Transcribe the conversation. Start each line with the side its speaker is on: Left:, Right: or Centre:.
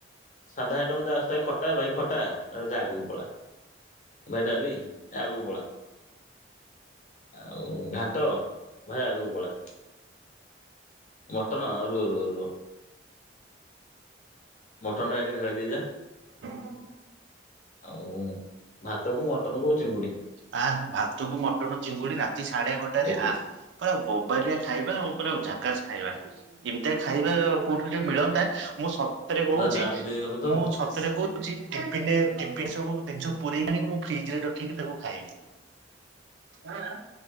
Left: ସାଧା ଆଇଟମ ଯାହା ଅଛି ଖଟା ଭାଇ ଖଟା ଆଗକୁ ପଳା ଭାଇ ଡାଲି ଆଗକୁ ପଳା ଆଉ ଘାଣ୍ଟ ଭାଇ ଆଗକୁ ପଳା ମଟନ୍ ରୁହ ରୁହ ରୁହ। ମଟନଟା ଏଠି ଢାଳି ଦେଇଯାଆ
Right: ହଁ
Left: ଆଉ ଭାତ କୁ ମଟନ କୁ ଚିଙ୍ଗୁଡି।
Right: ଆ ଭାତକୁ ମଟନ ଚିଙ୍ଗୁଡି ରାତି ସାଢେ ଗୋଟାଏରେ
Left: ଏତିକି
Right: ଆ। ପୁରା ବୋବାଲିଆ ଖାଇବା ଆଉ ପୁରା ଝାକାସ ଖାଇବା ଏମିତିଆ ଖାଇବା ଆ କୋଉଠି ଗୋଟେ ମିଳନ୍ତା ମୁଁ ସତରେ କହୁଛି
Left: ପୁରା ଦାବି ଦେଇଗଲ ତ
Right: ମୁଁ
Left: ନା
Right: ସତରେ କହୁଛି ଟିପିନିଏ ଟିପିଟି ସବୁ ଜିନିଷକୁ ପୁରେଇକି ଆଣିକି ମୁଁ ଫ୍ରିଜରେ ରଖିକି ତାକୁ ଖାଇବି ଆଁ ଆଁ।